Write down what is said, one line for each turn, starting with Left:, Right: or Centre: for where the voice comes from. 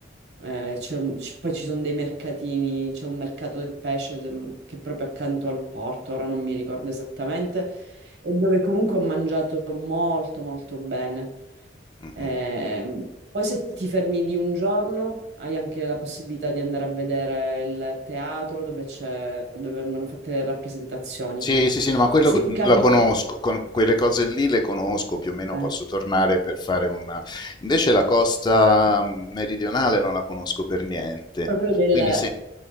Right: eh, c'è un- ci- poi ci sono dei mercatini, c'è un mercato del pesce de- che è proprio accanto al porto, ora non mi ricordo esattamente, e dove comunque ho mangiato molto molto bene.
Left: Mhm.
Right: Ehm, poi se ti fermi lì un giorno hai anche la possibilità di andare a vedere il teatro dove c'è, dove vengono fatte le rappresentazioni.
Left: Sì, sì, sì, no, ma quello
Right: Se capita...
Left: la conosco, con quelle cose lì le conosco,
Right: Ok.
Left: più o meno posso tornare per fare una... Invece la costa meridionale non la conosco per niente,
Right: Proprio del...
Left: quindi se...